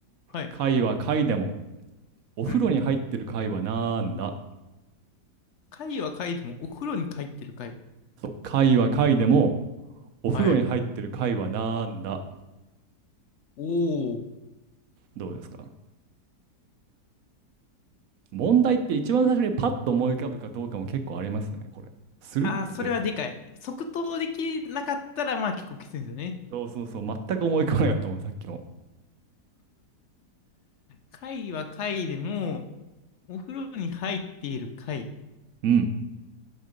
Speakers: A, on the left (about 60°); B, on the right (about 65°).
A: はい。
B: 貝は貝でも、お風呂に入ってる貝はなんだ
A: うん。貝は貝でもお風呂に入ってる貝。
B: そう、貝は貝でも、お風呂に入ってる貝はなんだ
A: はい。おお。
B: どうですか問題って一番最初にパッと思い浮かぶかどうかも結構ありますね、これ。スルッと出るか。
A: ああ、それはでかい。即答できなかったら、まあ結構きついんですよね。
B: そうそうそう。全く思い浮かばなかったもん、さっきも。
A: 貝は貝でも、お風呂に入っている貝。
B: うん。